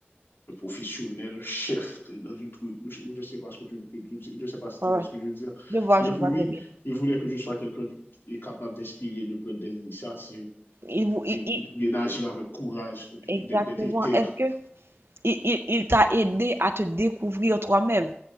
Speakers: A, on the left (about 70°); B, on the right (about 75°).
A: un professionnel chef de- dans une troupe. Je ne sais pas ce que tu, je je sais pas si tu
B: Ouais,
A: vois
B: ouais.
A: ce que je veux dire.
B: Je vois,
A: Mais
B: je
A: pour
B: vois
A: lui,
B: très bien.
A: il voulait que je sois quelqu'un qui est capable d'inspirer, de prendre des initiatives,
B: Il vous, il-
A: et-
B: il-
A: et d'agir avec courage, et puis
B: exactement.
A: d'être d'être intègre
B: Est-ce que il, il- il t'a aidé à te découvrir toi-même